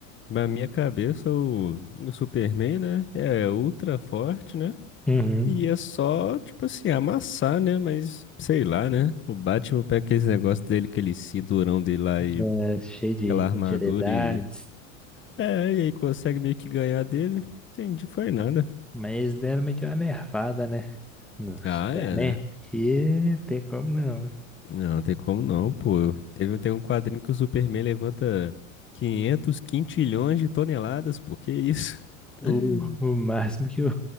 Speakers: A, on the left (about 30°); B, in the centre.
A: Na minha cabeça, o, o Superman, né? É ultra forte, né?
B: Uhum.
A: E é só, tipo assim, amassar, né? Mas sei lá, né? O Batman pega aquele negócio dele, aquele cinturão dele lá e
B: É, cheio de
A: aquela armadura
B: utilidades,
A: e. É, e aí consegue meio que ganhar dele. Entendi, foi nada.
B: mas deram meio que uma nervada, né? No Superman,
A: Ah, é, né?
B: porque não tem como não. né?
A: Não, não tem como não, pô. Eu- Teve, tem um quadrinho que o Superman levanta 500 quintilhões de toneladas, pô. Que isso? <laughs>
B: O, o máximo que o,